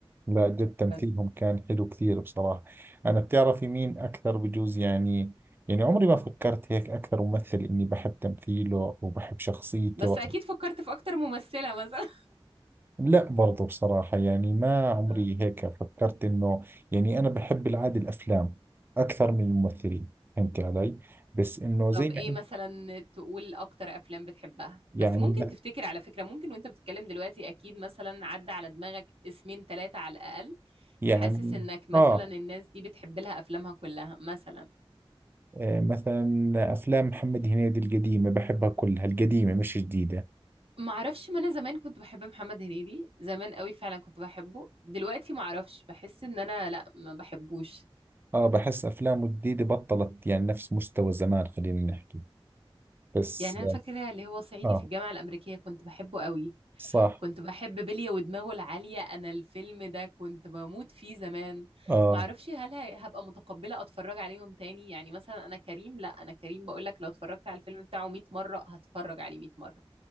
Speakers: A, on the right (about 20°); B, on the right (about 75°).
A: لا جد تمثيلهم
B: بس
A: كان حلو كثير بصراحة أنا بتعرفي مين أكثر بجوز يعني يعني عمري ما فكرت هيك أكثر ممثل إني بحب تمثيله وبحب شخصيته
B: بس اكيد فكرت في اكتر ممثلة مثلا
A: لا برضو بصراحة يعني ما عمري
B: <laughs>
A: هيك فكرت إنه يعني أنا بحب العادة الأفلام أكثر من الممثلين فهمت علي بس إنه
B: طب
A: زي
B: ايه
A: ما أنت
B: مثلا تقول اكتر افلام بتحبها
A: يعني
B: بس ممكن
A: مث-
B: تفتكر على فكرة ممكن وانت بتتكلم دلوقتي اكيد مثلا عدى على دماغك اسمين ثلاثة على الاقل
A: يعني
B: حاسس انك مثلا
A: آه
B: الناس دي بتحب لها افلامها كلها مثلا
A: آه، مثلا أفلام محمد هنيدي القديمة بحبها كلها القديمة مش جديدة
B: ما اعرفش ما انا زمان كنت بحب محمد هنيدي زمان قوي فعلا كنت بحبه دلوقتي ما اعرفش بحس ان انا لا ما بحبوش
A: آه بحس أفلامه الجديدة بطلت يعني نفس مستوى زمان خلينا نحكي بس
B: يعني انا
A: آه
B: فاكرة اللي هو صعيدي
A: آه،
B: في الجامعة الامريكية كنت بحبه قوي
A: صح
B: كنت بحب بلية ودماغه العالية أنا الفيلم ده كنت بموت فيه زمان
A: آه
B: معرفش هل ه- هبقى متقبلة أتفرج عليهم تاني يعني مثلا أنا كريم لأ أنا كريم بقولك لو اتفرجت على الفيلم بتاعه 100 مرة هتفرج عليه 100 مرة